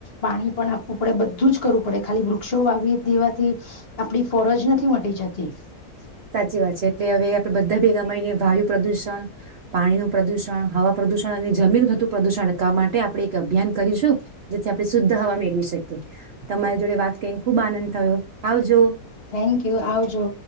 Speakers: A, on the left; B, on the right.
A: પાણી પણ આપવું પડે બધું જ કરવું પડે ખાલી વૃક્ષો વાવી દેવાથી આપડી ફળ જ નથી મટી જતી <inaudible>
B: સાચી વાત છે એટલે હવે આપણેે બધા ભેગા માંઈને વાય્યું પ્રદુષણ પાણી નું પ્રદુષણ હવા પ્રદુષણ અને જમીનતું પ્રદુષણ રકવા માટે આપણે એક અભિયાન કરીશું જેથી આપણે શુદ્ધ હવા મેળવી શકીએ તમારી જોડે વાત ક ખુબ આનંદ થયો આવજો
A: થેન્ક યુ આવજો